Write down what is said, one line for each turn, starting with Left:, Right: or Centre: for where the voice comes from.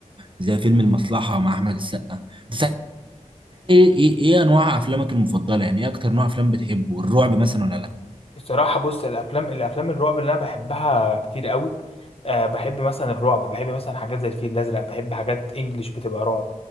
Right: زي فيلم المصلحه مع احمد السقا بس ايه ايه ايه انواع افلامك المفضله يعني ايه اكتر نوع افلام بتحبه الرعب مثلا ولا لا
Left: الصراحة بص الأفلام الأفلام الرعب اللي أنا بحبها كتير قوي أه بحب مثلا الرعب بحب مثلا حاجات زي الفيل الأزرق بحب حاجات إنجليش بتبقى رعب